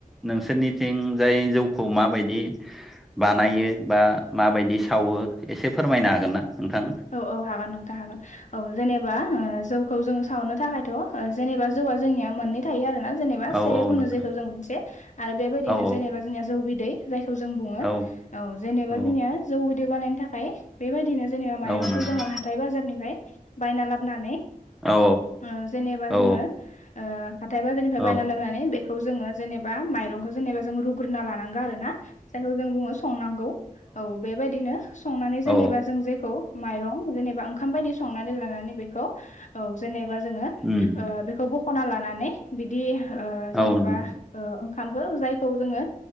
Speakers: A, in the centre; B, on the left.
A: नोंसोरनि थिंजाय जौखौ माबायदि बानायो बा माबायदि सावो एसे फोरमायनो हागोन ना नोंथां
B: औ औ हागोन नोंथां हागोन औ जेनेबा ओ जौ खौ जों सावनो थाखायथ' जेनेबा जौवआ जोंनिया मोननै थायो आरो बा जेनेबा
A: औ
B: सेरेब
A: औ
B: होनो
A: नोंथां
B: जेखौ जों मोनसे आरो बेबायदिनो
A: औ
B: जेनेबा जोंनिया जौ बिदै जायखौ जों बुङो
A: औ
B: औ जेनेबा
A: औ
B: जोंनिया जौ बिदै बानायनो थाखाय बेबायदिनो ज माइरंखौ
A: औ नोंथां
B: जोङो हाथाय बाजारनिफ्राय बायना लाबोनानै
A: औ
B: ओ जेनेबा
A: औ
B: जोङो ओ हाथाय बाजारनिफ्राय
A: औ
B: बायना लाबनानै बे खौ जोङो जेनेबा माइरंखौ जेनेबा जों रुग्रोना लानांगौ आरो ना जायखौ जों बुङो संनांगौ औ बेबायदिनो संनानै जेनेबा
A: औ
B: जों जेखौ माइरं जेनेबा ओंखाम बायदि स संनानै लानानै बेखौ औ जेनेबा जोङो
A: उम
B: ओ बेखौ बख खना लानानै बिदिह ओ जेनेबा
A: औ नोंथां
B: ओ ओंखामखो जायखौ जोङो